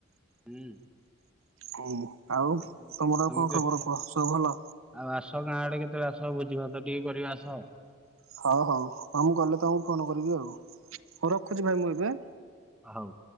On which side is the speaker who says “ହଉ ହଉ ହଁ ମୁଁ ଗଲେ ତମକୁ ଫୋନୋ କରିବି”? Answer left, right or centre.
Right